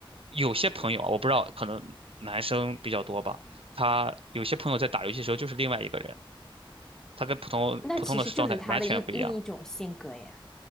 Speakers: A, on the right; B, in the centre.
A: 有些朋友啊，我不知道，可能男生比较多吧，他有些朋友在打游戏的时候就是另外一个人，他跟普通普通的状态完全不一样。
B: 那其实就是他的一另一种性格呀，